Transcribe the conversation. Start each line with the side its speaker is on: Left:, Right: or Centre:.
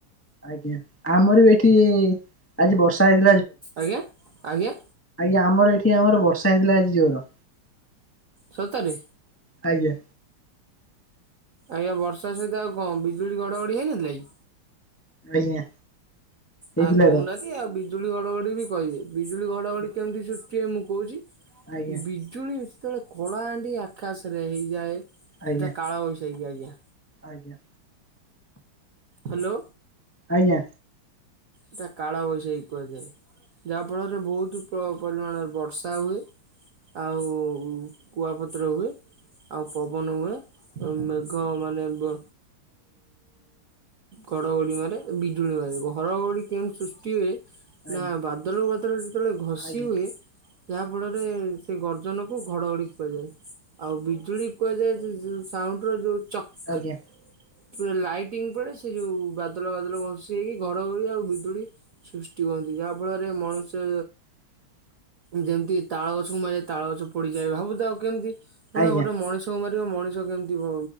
Left: ଆଜ୍ଞା, ଆମର ବି ଏଠି ଆଜି ବର୍ଷା ହେଇ
Right: ଆଜ୍ଞା ଆଜ୍ଞା।
Left: ଆମର ଏଠି ଆମର ବର୍ଷା ହେଇଥିଲା ଆଜି ଜୋର
Right: ସତରେ।
Left: ଆଜ୍ଞା
Right: ଆଜ୍ଞା ବର୍ଷା ସହିତ ଆଉ କଣ ବିଜୁଳି ଘଡଘଡ଼ି ହେଇନଥିଲା କି।
Left: ଆଜ୍ଞା। ହେଇଥିଲା
Right: ଆଉ କହୁନାହାନ୍ତି
Left: ତ।
Right: ଆଉ ବିଜୁଳି ଘଡଘଡି ବି କହିବି ବିଜୁଳି ଘଡଘଡି
Left: ଆଜ୍ଞା
Right: କେମିତି ସୃଷ୍ଟି ହୁଏ ମୁଁ କହୁଛି।
Left: ଆଜ୍ଞା
Right: ବିଜୁଳି ଯେତେବେଳେ କଳାହାଣ୍ଡି ଆକାଶରେ ହେଇଯାଏ
Left: ଆଜ୍ଞା
Right: ସେଟା କାଳ ବଇ ଆଜ୍ଞା ଆଜ୍ଞା।
Left: ଆଜ୍ଞା।
Right: ହାଲୋ।
Left: ଆଜ୍ଞା।
Right: ଏଟା କାଳ ବୈଶାଖୀ କୁହାଯାଏ ଯାହା ଫଳରେ ବହୁତ୍ ପରିମାଣରେ ବର୍ଷା ହୁଏ ଆଉ କୁଆପତ୍ର ହୁଏ। ଆଉ ପବନ ହୁଏ ମେଘ ମାନେ ଉଁ ଘଡଗଡି ମାରେ ବିଜୁଳି ମାରେ ଘଡଘଡି କେମତି ସୃଷ୍ଟି ହୁଏ
Left: ଆଜ୍ଞା।
Right: ନା ବାଦଲକୁ ବାଦଲ ଯେତେବେଳେ ଘଷି
Left: ଆଜ୍ଞା
Right: ହୁଏ। ଯାହାଫଳରେ ସେ ଗର୍ଜନକୁ ଘଡ଼ଘଡ଼ି କୁହାଯାଏ। ଆଉ ବିଜୁଳି କୁହାଯାଏ ଯେ ସାଉଣ୍ଡର ଯେଉ ଚକ୍
Left: ଆଜ୍ଞା
Right: ପା ଲାଇଟିଙ୍ଗ ପରେ ସେ ଯୋଉ ବାଦଲ ବାଦଲ ଘଷି ହେଇକି ଘର ଘଡି ଆଉ ବିଦୁଳି ସୃଷ୍ଟି ହୁ କନ୍ତି ଯାହା ଫଳରେ ମନୁଷ୍ୟ
Left: <unintelligible>
Right: ଯେମିତି ତାଳ ଗଛକୁ ମାରେ ତାଳ ଗଛ ପଡିଯାଏ ଭାବୁଥାଉ କେମିତି ଜଣେ
Left: ଆଜ୍ଞା
Right: ଗୋଟେ ମଣିଷକୁ ମାରିବ ମଣିଷ କେମିତି ଭ